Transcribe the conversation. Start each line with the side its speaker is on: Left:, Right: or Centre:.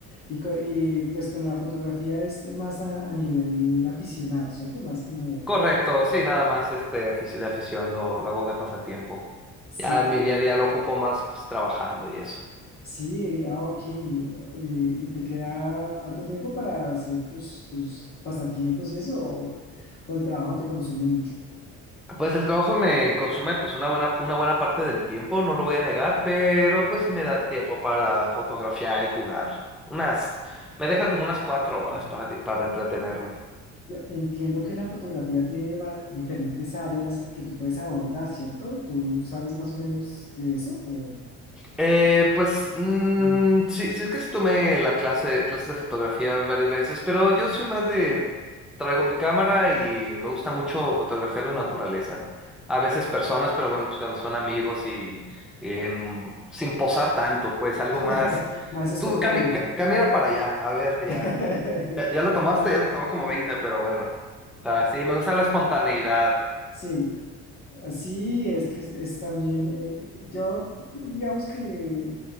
Left: Y, co- y, pues con la fotografía es más a, a nivel aficionado, ¿cierto? Más como,
Centre: Correcto, sí, nada más este afici- de afición, lo, lo hago de pasatiempo.
Left: sí,
Centre: Ya en mi día a día lo ocupo más pues trabajando y eso.
Left: sí, eh, ah, ok, eh, y te queda harto tiempo para hacer tus, tus pasatiempos y eso, o, o el trabajo te consume mucho.
Centre: Pues el trabajo me consume pues una buena, una buena parte del tiempo, no lo voy a negar, pero pues sí me da tiempo para fotografiar y jugar. Unas, me deja como unas cuatro
Left: <clears throat>
Centre: horas para, di- para entretenerme.
Left: Yo entiendo que la fotografía tiene va- diferentes áreas que tú puedes abordar, ¿cierto? ¿Tú sabes más o menos de eso? O...
Centre: Eh, pues mm,
Left: <clears throat>
Centre: sí, sí, es que sí tomé la clase, clases de fotografía varias veces, pero yo soy más de, traigo mi cámara y me gusta mucho fotografiar la naturaleza. A veces
Left: Ah,
Centre: personas, pero bueno, pues cuando son amigos y, y en- sin posar tanto, pues algo
Left: <laughs>
Centre: más.
Left: Más espontáneo.
Centre: Tú cami- ca- camina para allá, a ver, ya.
Left: <laughs>
Centre: Ya, ya la tomaste, ya te tomó como 20 pero bueno. O sea, sí, me gusta la espontaneidad.
Left: Sí, así es que es, es también, eh, yo digamos que